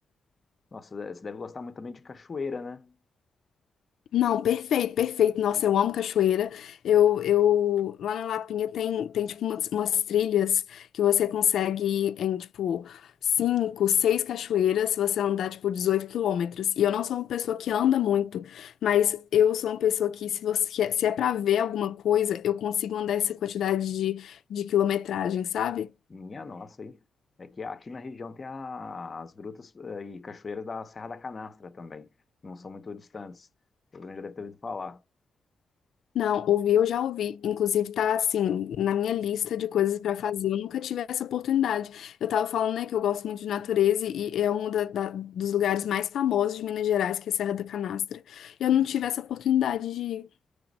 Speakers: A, on the left (about 25°); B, on the left (about 65°).
A: Nossa, você deve gostar muito também de cachoeira, né?
B: Não, perfeito, perfeito. Nossa, eu amo cachoeira. Eu, eu, lá na Lapinha tem, tem tipo, umas, umas trilhas que você consegue ir em, tipo, cinco, seis cachoeiras se você andar, tipo, 18 quilômetros. E eu não sou uma pessoa que anda muito, mas eu sou uma pessoa que, se você, se é pra ver alguma coisa, eu consigo andar essa quantidade de, de quilometragem, sabe?
A: Minha nossa, hein? É que aqui na região tem a- as grutas eh, e cachoeiras da Serra da Canastra também. Não são muito distantes. Todo mundo já deve ter ouvido falar.
B: Não, ouvir eu já ouvi. Inclusive, tá assim, na minha lista de coisas pra fazer. Eu nunca tive essa oportunidade. Eu tava falando, né, que eu gosto muito de natureza e é um da- da- dos lugares mais famosos de Minas Gerais, que é a Serra da Canastra. E eu
A: Uhum.
B: não tive essa oportunidade de ir.